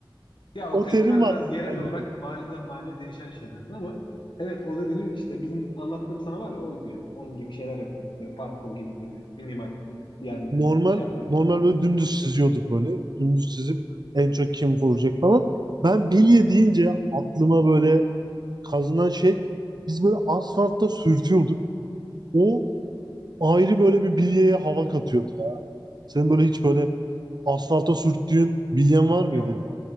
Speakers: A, on the left; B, on the right.
A: Ya o
B: O
A: terimler
B: terim vardı.
A: biraz yerel
B: mahallede.
A: olarak mahalleden mahalleye değişen şeyler ama evet o dediğini işte bizim anlattığım sana var ya oydu yani. Onun gibi şeyler yapıyorduk. Böyle parkur gibi böyle minimal yani
B: Normal
A: şey yapmak için.
B: normal böyle dümdüz çiziyorduk böyle. Dümdüz çizip en
A: Ha,
B: çok kim vuracak falan. Ben bilye
A: Evet.
B: deyince aklıma böyle kazınan şey biz böyle asfaltta sürtüyorduk. O ayrı böyle bir bilyeye hava katıyordu ya. Senin böyle hiç böyle asfalta sürttüğün bilyen var mıydı?
A: Yok.